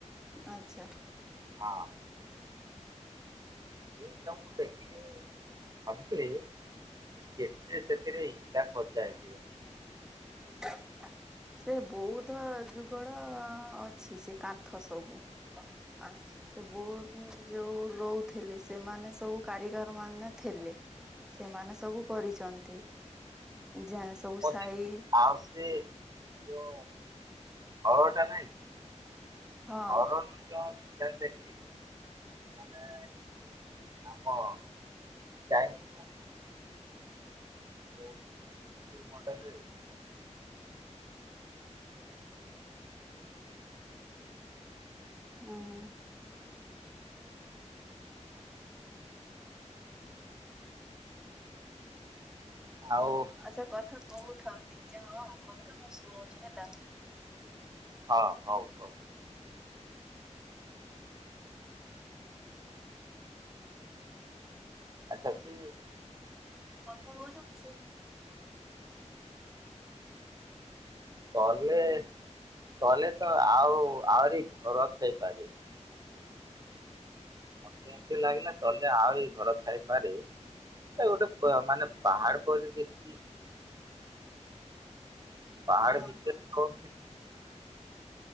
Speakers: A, in the centre; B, on the right.
A: ଆଚ୍ଛା।
B: ହଁ। ସେ ତ ମୁଁ ଦେଖିକି ଭାବୁଥିଲି। କେତେ ସେଥିରେ ଇଟା ଖର୍ଚା ହେଇଥିବ।
A: <inaudible> ସେ ବୌଦ୍ଧ ଯୁଗର ଅଛି ସେ କାନ୍ଥ ସବୁ। ଆ। ସେ ବହୁତ ଯୋଉ ରହୁଥିଲେ ସେମାନେ ସବୁ କାରିଗର ମାନେ ଥିଲେ। ସେମାନେ ସବୁ କରିଛନ୍ତି ଯାହା ସବୁ
B: ମୁଁ
A: ସାଇ।
B: ଦେଖିଲି ଆଉ ସେ ଯୋଉ ଘରଟା ନାଇଁକି।
A: ହଁ
B: <unintelligible> ସେମିତି ଦେଖିକି ମାନେ ଆମ ଚାଇ। ରହୁଛି <unintelligible>
A: ଉଁ ହୁଁ।
B: ଆଉ।
A: ଆଚ୍ଛା କଥା କହୁଥାଅ ଟିକେ ହଁ କହୁଥାଉ। ମୁଁ ଶୁଣୁଛି ହେଲା।
B: ହଁ ହଉ ହଉ। ଆଚ୍ଛା ସେ
A: କଥା ହଉଥା ମୁଁ ଶୁଣୁଚି।
B: ତଲେ ତଲେ ତ ଆଉ ଆହୁରି ଘର ହେଇପାରି
A: <inaudible>
B: ମତେ ଏମିତି ଲାଗିଲା ତଲେ ଆଉ ଏଇ ଘର ଥାଇପାରେ। ଏଗୋଟେ ମାନେ ପାହାଡ ପରି ଦେଖି ପାହାଡ
A: ହଁ
B: ଭିତରେ <unintelligible>